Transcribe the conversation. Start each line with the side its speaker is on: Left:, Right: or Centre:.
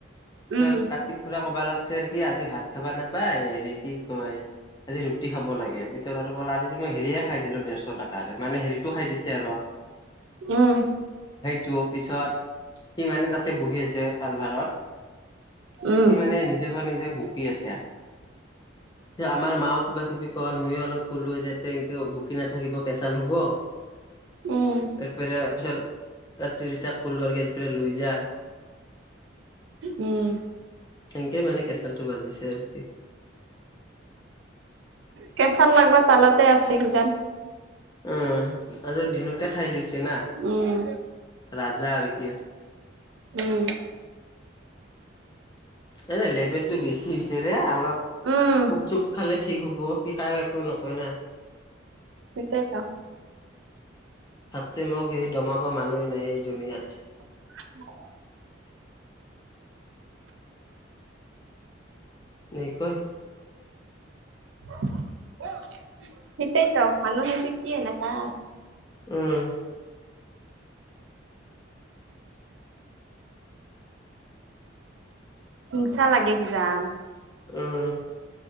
Left: পিছত
Right: উম
Left: কাটিক খুৰা কবা ওলাইছে নেকি আজি ভাত খাবা নাপায়, হেৰি কি কয় আজি ৰুটি খাব লাগে, পিছত আৰু কল আজি মই হেৰিয়ে খাই দিলোঁ দেৰশ টে মানে হেৰিতটো খাই দিছে আৰু
Right: উম।
Left: টো পিছত সি মানে তাতে বহি আছে কালভাৰত,
Right: উম
Left: সি মানে তাপা নিজে বুকি আছে, আমাৰ মাও কিবা-কিবি কল ময়ো অলপ ক'লো যে তেনকে বকি নাথাকিব কেচাল হ'ব।
Right: উম
Left: এইপিনে তাৰ পিছত ৰাতিত' কলোঁ আহ ইয়াৰ পৰা লৈ যাৰ।
Right: উম।
Left: সেনেকে মানে কেঁচালটো বাজিছে আৰু কি।
Right: কেচাল লাগবা তালাতে আছে কিজানি।
Left: উম, আজিও দিনতে খাই লৈছে না
Right: উম
Left: ৰাজা আৰু কি
Right: উম,
Left: এনে লেভেলতটো বেছি হৈছেৰে অলপ কুপ
Right: উম
Left: চুপ খালে ঠিক হ'ব। কায়ো একো নকয় না
Right: সেইতাইত।
Left: ভাবছি মোক সেই দমাব মানুহেই নাই এই দুনীয়াত।
Right: <inaudible>
Left: <unintelligible>
Right: <inaudible> সেইটাইতো মানুহেযি কি এনেকা।
Left: উম <inaudible>
Right: হিংসা লাগে কিজান
Left: উম,